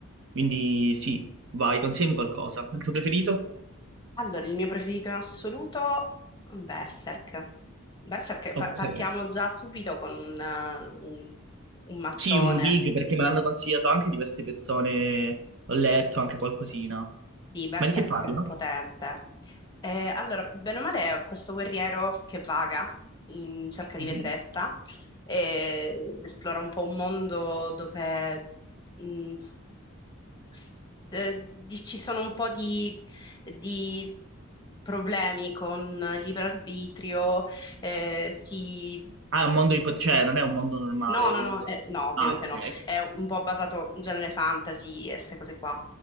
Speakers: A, on the right; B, on the left.
A: Quindi sì, vai, consigliami qualcosa. Il tuo preferito?
B: Allora, il mio preferito in assoluto, Berserk. Berserk, pa-
A: Ok.
B: partiamo già subito con un, eh, un un mattone.
A: Sì, un big perché me l'hanno consigliato anche diverse persone, ho letto anche qualcosina.
B: Sì, Berserk
A: Ma di che parla?
B: è potente. Eh, allora, bene o male, è questo guerriero che vaga in cerca di
A: Mhm.
B: vendetta eh, ed esplora un po' un mondo dove mh, s- eh, di- ci sono un po' di, di problemi con il libero arbitrio, eh, si
A: Ah, è un mondo ipo- cioè non è un mondo normale,
B: No,
A: è
B: no,
A: un
B: no,
A: mondo...
B: eh, no, ovviamente
A: Ah, ok,
B: no. È un po' basato in genere fantasy e queste cose qua.